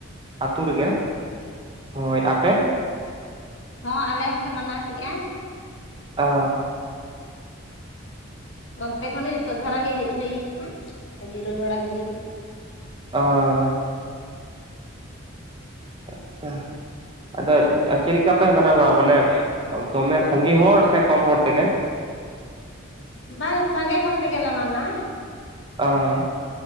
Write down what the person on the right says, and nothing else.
ᱟᱹᱛᱳ ᱨᱮᱜᱮ, ᱦᱳᱭ ᱟᱯᱮ?
ᱚ
ᱟ ᱟᱪᱪᱷᱟ ᱟᱫᱚ ᱪᱮᱜ ᱞᱮᱠᱟ ᱯᱮ ᱢᱟᱱᱟᱣᱟ ᱢᱟᱱᱮ ᱫᱚᱢᱮ ᱥᱟᱸᱜᱮ ᱦᱚᱲ ᱥᱮ ᱠᱚᱢ ᱦᱚᱲ ᱛᱮᱜᱮ?
ᱟ